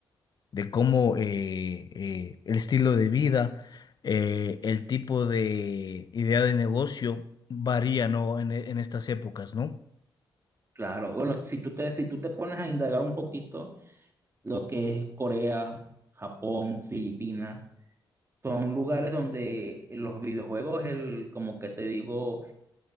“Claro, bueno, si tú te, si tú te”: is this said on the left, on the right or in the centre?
Right